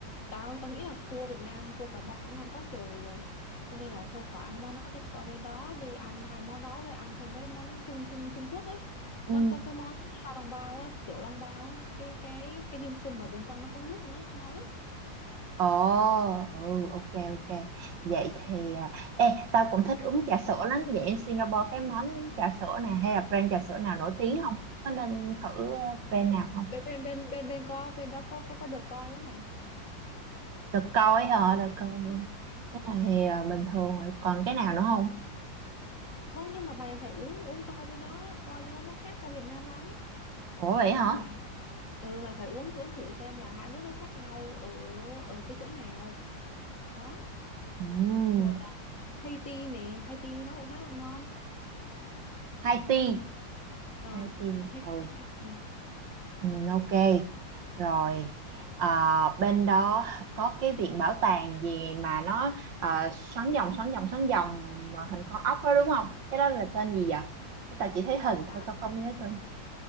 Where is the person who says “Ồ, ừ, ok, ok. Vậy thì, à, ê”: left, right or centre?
Right